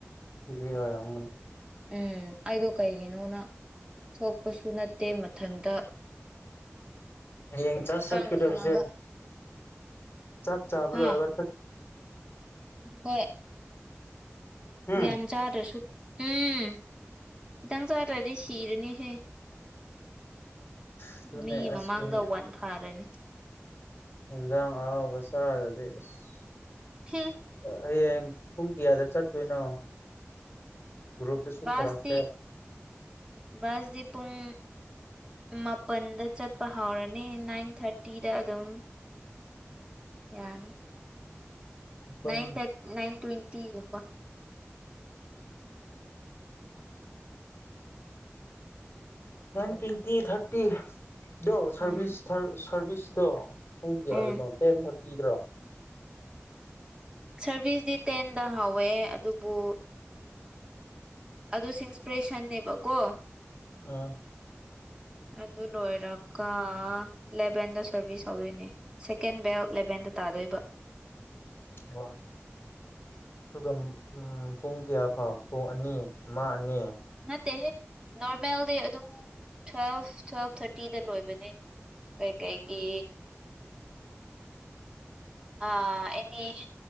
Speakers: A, on the left; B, on the right.
A: ꯒꯤ ꯑꯣꯏꯅꯤ
B: ꯎꯝ ꯑꯩꯗꯣ ꯀꯩꯒꯤꯅꯣꯅ ꯁꯣꯛꯄꯁꯨ ꯅꯠꯇꯦ ꯃꯊꯟꯇ
A: ꯍꯌꯦꯡ ꯆꯥꯔꯁ
B: ꯀꯪꯉꯒ
A: ꯆꯠꯀꯗꯕꯁꯦ꯫ ꯆꯥꯛ ꯆꯥꯕꯂꯣꯏꯔꯕ
B: ꯍꯥ ꯍꯣꯏ꯫
A: ꯎꯝ
B: ꯌꯥꯝ ꯆꯥꯗ꯭ꯔꯁꯨ ꯎꯝ ꯈꯤꯇꯪ ꯆꯥꯗ꯭ꯔꯗꯤ ꯁꯤꯔꯅꯤꯍꯦ꯫
A: ꯑꯗꯨꯅꯦ
B: ꯃꯤ
A: ꯑꯁ
B: ꯃꯃꯥꯡꯗ ꯋꯥꯟ ꯊꯥꯔꯅꯤ꯫
A: ꯌꯦꯟꯖꯥꯡ ꯑꯍꯥꯎꯕ ꯆꯥꯗꯗꯤ ꯑꯁ꯫
B: ꯍꯦ꯫
A: ꯍꯌꯦꯡ ꯄꯨꯡ ꯀꯌꯥꯗ ꯆꯠꯇꯣꯏꯅꯣ꯫ ꯒ꯭ꯔꯨꯞꯇꯁꯨ
B: ꯕꯥꯁꯇꯤ
A: ꯊꯥꯔꯛꯇꯦ
B: ꯕꯥꯁꯗꯤ ꯄꯨꯡ꯫ ꯃꯥꯄꯟꯗ ꯆꯠꯄ ꯍꯧꯔꯅꯤ ꯅꯥꯏꯟ ꯊꯥꯔꯇꯤꯗ ꯑꯗꯨꯝ꯫ ꯌꯥꯅꯤ꯫
A: ꯄꯟ
B: ꯅꯏꯟ ꯊꯔ ꯅꯏꯟ ꯇ꯭ꯋꯦꯟꯇꯤꯒꯨꯝꯕ꯫
A: ꯅꯏꯟ ꯇ꯭ꯋꯦꯟꯇꯤ ꯊꯥꯔꯇꯤ ꯗꯣ ꯁꯔꯚꯤꯁ꯫
B: ꯎꯝ
A: ꯁꯔꯚꯤꯁꯇꯣ ꯄꯨꯡ ꯀꯌꯥꯗꯅꯣ
B: ꯎꯝ
A: ꯇꯦꯟ ꯊꯥꯔꯇꯤꯗꯔꯣ꯫
B: ꯁꯔꯚꯤꯁꯇꯤ ꯇꯦꯟꯗ ꯍꯥꯎꯋꯦ ꯑꯗꯨꯕꯨ꯫ ꯑꯗꯨ ꯁꯤꯡꯄꯔꯦꯁꯟꯅꯦꯕꯀꯣ꯫
A: ꯑ꯫
B: ꯑꯗꯨ ꯂꯣꯏꯔꯒ ꯂꯦꯚꯦꯟꯗ ꯁꯔꯚꯤꯁ꯫ ꯇꯧꯗꯣꯏꯅꯦ ꯁꯦꯀꯦꯟ ꯕꯦꯜ ꯂꯦꯚꯦꯟꯗ ꯇꯥꯗꯣꯏꯕ꯫
A: ꯑꯣ꯫ ꯑꯗꯨꯒ ꯎꯝ ꯄꯨꯡ ꯀꯌꯥ ꯐꯥꯎ ꯄꯨꯡ ꯑꯅꯤ ꯑꯃ ꯑꯅꯤ꯫
B: ꯅꯠꯇꯦ ꯍꯦ꯫ ꯅꯣꯔꯃꯦꯜꯗꯤ ꯑꯗꯨꯝ ꯇꯨꯋꯦꯜꯐ ꯇꯨꯋꯦꯜꯐ ꯊꯥꯔꯇꯤꯗ ꯂꯣꯏꯕꯅꯦ꯫ ꯀꯩ ꯀꯩꯗꯤ꯫ ꯑ ꯑꯦꯅꯤ꯫